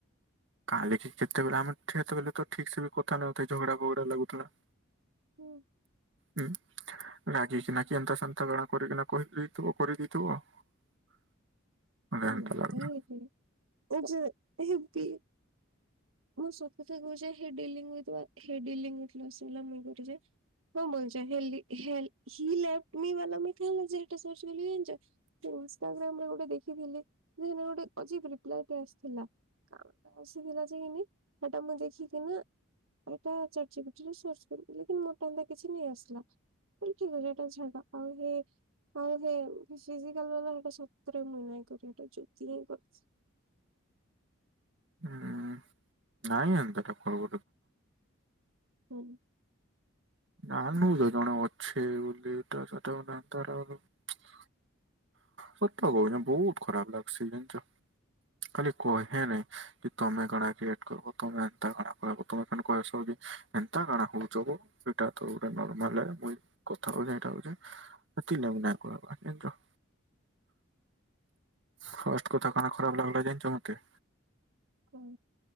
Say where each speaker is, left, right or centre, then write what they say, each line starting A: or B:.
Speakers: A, on the right (about 60°); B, on the right (about 80°).
A: କାଲିକି କେତେବେଳେ ଆମେ ଠିଆ କେତେବେଳେ ତ ଠିକସେବି କଥା ନଁଥାଇ ଝଗଡ଼ା ଫଗଡ଼ା ଲାଗୁଥିଲା।
B: ହୁଁ।
A: ହୁଁ ରଗିକିନା କିଏନ୍ତା ସନ୍ତା ଗଣା କରିକିନା କହିଦେଇଥିବ କରିଦେଇଥିବ। <inaudible> ମତେ ହେନ୍ତା
B: ନାହିଁରେ
A: ଲାଗିଲା
B: ଏଯୋ ହେବି ମୁଁ ସତକଥା କହୁଚି ହେଡିଲିଙ୍ଗ୍ ହେଥିଲା ହେଡିଲିଙ୍ଗ୍ <unintelligible> ହଁ ମଜା ହେଲି ହେଲି ହି ଲ୍ୟାପଟିମି ବାଲା ମିଠା ଖାଇଚ ହେଟା ସଚ୍ ବୋଲି ଜାଣିଚ। ସେ ଇନଷ୍ଟାଗ୍ରାମରେ ଗୋଟେ ଦେଖିଥିଲି ସେଗୋଟେ ଅଜିପ୍ ରେପ୍ଲି ଆସିଥିଲା। କାମ ସେଥିଲା ଯେନି ହେଟା ମୁଁଦେଖିକିନା ଏଇଟା ଚର୍ଚିଜିପିଟି ସର୍ଚ୍ଚ ମୋଟାକିଛି ନେଇ ଆସିଲା। ଏଟା ଝାଡ଼ ଆଉ ହେ ଆଉସେ ଫିଜିକାଲ ବାଲା ସେଟା ସତରେ ମୁନାଁ କରିଟା ଜୋତି ହିଁ କରିଚି।
A: ହୁଁ ନାଇଁ ଏନ୍ତାଟା କଣ
B: ହୁଁ।
A: ନା ମୁତ ଜଣେ ଅଛି ବୋଲି ତାର <unintelligible> ସତ କହୁଛି ବହୁତ୍ ଖରାପ୍ ଲାଗୁଛି ଜାଣିଚ। ଖାଲି କହେନାହିଁ କିତମେ କଣା କ୍ରିଏଟ କରବ ତମେ ଏନ୍ତା କଣା କର ତମେ <unintelligible> ଏନ୍ତା କଣା ହଉଚ ଗୋ। ସେଇଟାତ ଗୋଟେ ନର୍ମାଲ ମୁଇ କଥା କହି ଇଏଇଟା ହଉଚି <unintelligible> ଜାଣିଚ। ଫାଷ୍ଟ କଥା କାଣା ଖରାପ୍ ଲାଗଲା ଜାଣିଚ ମତେ?
B: କଣ?